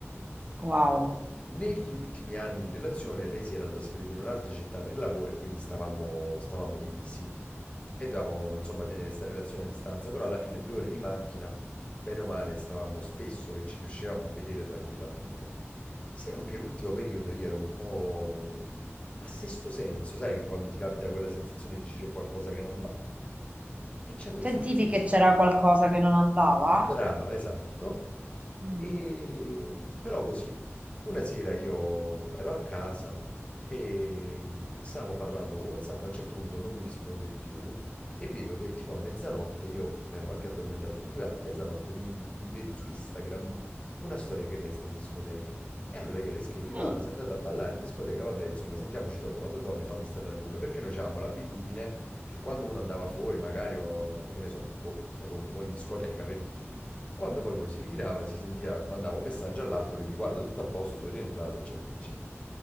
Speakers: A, on the right; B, on the left.
A: Wow.
B: Negli ultimi anni di relazione lei si era trasferita in un'altra città per lavoro e quindi stavamo, stavamo divisi e dovevamo insomma tenere sta relazione a distanza, però alla fine due ore di macchina, bene o male, stavamo spesso che ci riuscivamo a vedere tranquillamente. Se non che l'ultimo periodo io ero un po' a sesto senso, sai, quando ti capita quella sensazione e dici c'è qualcosa che non va. E c'avevo
A: Sentivi
B: questa sensazione.
A: che c'era qualcosa che non andava?
B: Brava, esatto.
A: Mm.
B: E, però così, una sera io ero a casa e mm, stavamo parlando con WhatsApp, a un certo punto non mi risponde più e vedo che tipo a mezzanotte, io mi ero anche addormentato sul divano, a mezzanotte mi, mi vedo su Instagram una storia che lei sta in discoteca. E allora io le scrivo, dico,
A: Mm.
B: ah ma sei andata a ballare in discoteca, vabbè, insomma, sentiamoci dopo, quando torni fammi stare tranquillo, perché noi avevamo l'abitudine che quando uno andava fuori, magari, o, che ne so, boh, fai conto, poi in discoteca per dirti, quando poi uno si ritirava, si sentiva, mandava un messaggio all'altro per dire guarda tutto a posto, sono rientrato, eccetera, eccetera.